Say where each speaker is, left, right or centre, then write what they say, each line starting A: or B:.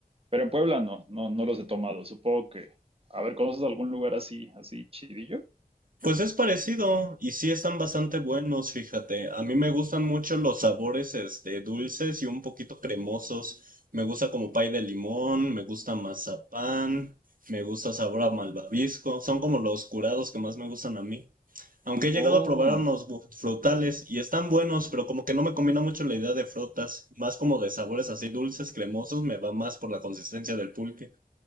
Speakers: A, on the right; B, on the right.
A: Pero en Puebla no, no, no los he tomado. Supongo que, a ver, ¿conoces algún lugar así, así chidillo?
B: Pues es parecido y sí están bastante buenos, fíjate. A mí me gustan mucho los sabores este dulces y un poquito cremosos. Me gusta como pay de limón, me gusta mazapán, me gusta sabor a malvavisco. Son como los curados que más me gustan a mí. Aunque he llegado
A: Oh,
B: a probar unos bu- frutales y están buenos, pero como que no me combina mucho la idea de frutas, más como de sabores así dulces, cremosos, me va más por la consistencia del pulque.